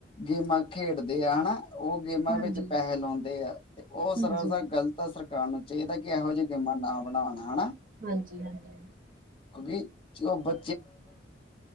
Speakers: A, on the left; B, on the right.
A: ਗੇਮਾਂ ਖੇਡਦੇ ਆ, ਹਨਾ ਉਹ ਗੇਮਾਂ
B: ਹਾਂਜੀ,
A: ਵਿੱਚ ਪੈਹੇ ਲਾਉਂਦੇ ਆ, ਤੇ ਉਹ
B: ਹਾਂਜੀ,
A: ਸਰਾਸਰ ਗਲਤ ਤਾਂ ਸਰਕਾਰ ਨੂੰ ਚਾਹੀਦਾ ਕਿ ਇਹੋ ਜਿਆਂ ਗੇਮਾਂ ਨਾ ਬਣਾਣ ਹਨਾ
B: ਹਾਂਜੀ ਹਾਂਜੀ
A: ਕਿਉਂਕਿ, ਉਹ ਬ